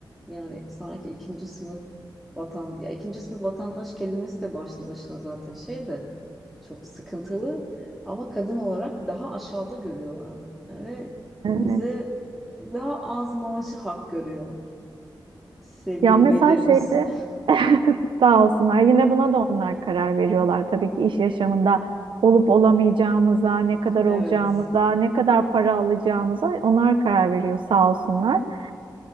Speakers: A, in the centre; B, on the right.
A: yani sanki ikinci sınıf vatan ya ikinci sınıf vatandaş kelimesi de başlı başına zaten şey de çok sıkıntılı ama kadın olarak daha aşağıda görüyorlar ve
B: Evet.
A: bize daha az maaşı hak görüyor sevgili
B: Ya mesela
A: beylerimiz.
B: şeyde
A: <laughs>
B: <laughs> sağ olsunlar yine buna da onlar karar veriyorlar. Tabii ki iş yaşamında olup olamayacağımıza, ne kadar
A: Evet,
B: olacağımıza, ne kadar para alacağımıza onlar karar veriyor sağ olsunlar. <laughs>